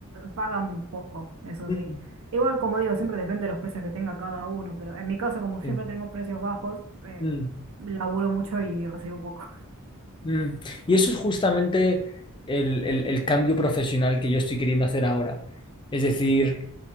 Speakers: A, on the right (about 65°); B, on the left (about 20°).
A: pagan poco, eso
B: Mm.
A: sí. Igual, como digo, siempre depende de los precios que tenga cada uno, pero en mi caso, como siempre
B: Sí.
A: tengo precios bajos, eh,
B: Mm,
A: laburo mucho y recibo poco.
B: mm. Y eso es justamente el, el- el cambio profesional que yo estoy queriendo hacer ahora. Es decir,